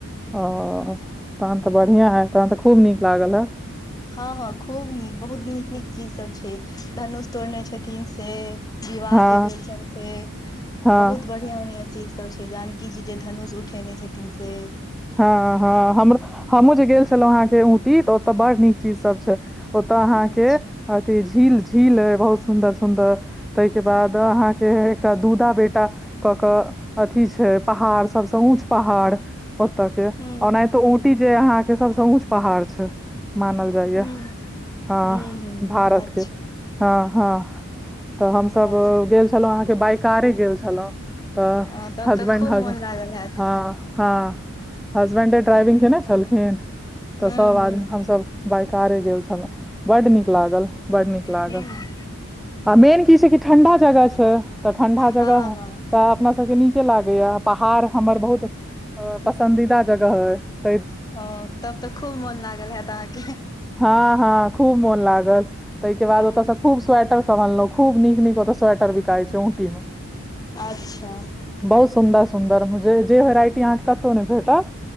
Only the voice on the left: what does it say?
हँ हँ खूब नीक बहुत नीक नीक चीजसभ छै धनुष तोड़ने छथिन से विवाह
जे भेल छनि से
बहुत बड़ बढ़िया बढ़ियां चीज सब छै जानकीजी जे धनुष उठेने छथिन से
अच्छा
हूं
हूं
हूं
हूं हूं
अच्छा
हँ
हँ तब
खूब
मोन लागल हैत
हूं
हूं
हूं
हँ
हँ हँ हँ
ओ तब तऽ खूब मोन लागल हैत अहाँके
ओ
अच्छा